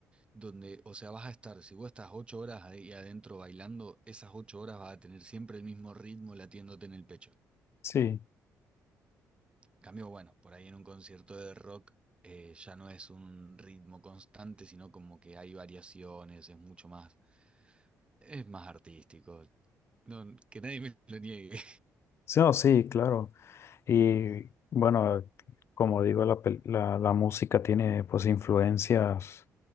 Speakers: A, on the right; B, on the left.
A: donde, o sea, vas a estar, si vos estás ocho horas ahí adentro bailando, esas ocho horas vas a tener siempre el mismo ritmo latiéndote en el pecho.
B: Sí.
A: Cambio, bueno, por ahí en un concierto de rock eh, ya no es un ritmo constante, sino como que hay variaciones, es mucho más... Es más artístico. No, que nadie me lo niegue,
B: Sí, no, sí, claro. Y bueno, como digo, la, pel- la, la música tiene pues influencias